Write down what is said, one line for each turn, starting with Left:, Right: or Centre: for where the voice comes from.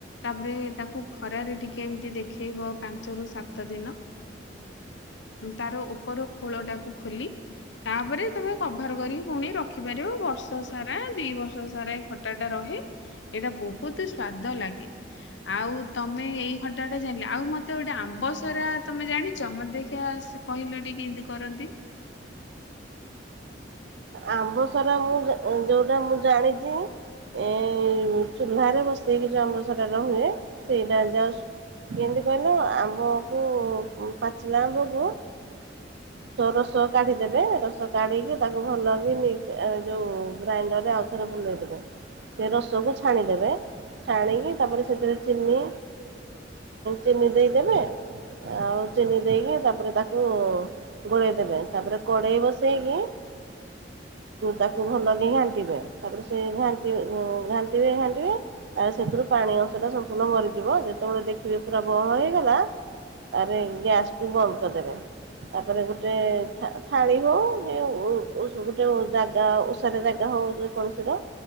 Left: ତାପରେ ତାକୁ ଖରାରେ ଟିକେ ଏମିତି ଦେଖେଇବ ପାଞ୍ଚରୁ ସାତ ଦିନ ତାର ଉପର ଖୋଳଟାକୁ କ ଖୋଲି ତାପରେ ତମେ କଭର କରିକି ପୁଣି ରଖିପାରିବ ବର୍ଷ ସାରା ଦି ବର୍ଷ ସାରା ଏଇ ଖଟାଟା ରହେ ଏଇଟା ବହୁତ ସ୍ଵାଦ ଲାଗେ ଆଉ ତମେ ଏଇ ଖଟା ଟା ଜାଣିଲ ଆଉ ମତେ ଗୋଟେ ଆମ୍ବ ସାରା ତମେ ଜାଣିଛ ମତେ ଦେଖିଆ କହିଲ ଟିକେ କିଇଁତି କରନ୍ତି।
Right: ଆମ୍ବ ସାରା ମୁଁ ଯୋଉଟା ମୁଁ ଜାଣିଛି ଏ ଚୁଲ୍ଲାରେ ବସେଇକି ଯୋଉ ଆମ୍ବ ସାରାଟ ହୁଏ ସେଇଟା ଯାଉ କେମିତି କହିଲ ଆମ୍ବକୁ ପାଚିଲା ଆମ୍ବକୁ ରସ କାଢିଦେବେ ରସ କାଢିକି ତାକୁ ଭଲ କି ଯେଉଁ ଗ୍ରାଇଣ୍ଡରରେ ଆଉଥରେ ବୁଲେଇଦେବେ ସେ ରସକୁ ଛାଣିଦେବେ ଛାଣିକି ତାପରେ ସେଥିରେ ଚିନି ଚିନି ଦେଇଦେବେ ଆଉ ଚିନି ଦେଇକି ତାପରେ ତାକୁ ଗୋଳେଇ ଦେବେ ତାପରେ କଡ଼େଇ ବସେଇକି ତାକୁ ଭଲ ହି ଘାଣ୍ଟିବେ ତାପରେ ସେ ଘଣ୍ ଘାଣ୍ଟିବେ ଘାଣ୍ଟିବେ ତା ସେଥିରୁ ପାଣି ଅଂଶଟା ସମ୍ପୂର୍ଣ୍ଣ ମରିଯିବ ଯେତେବେଳେ ଦେଖିବେ ପୁରା ବହଳ ହେଇଗଲା ତାରେ ଗ୍ୟାସ୍ଟିକୁ ବନ୍ଦ କରିଦେବେ ତାପରେ ଗୋଟେ ଥାଳି ହଉ ଗୋଟେ ଜାଗା ଓଷାର ଜାଗା ହେଉ ଯେ କୌଣସିର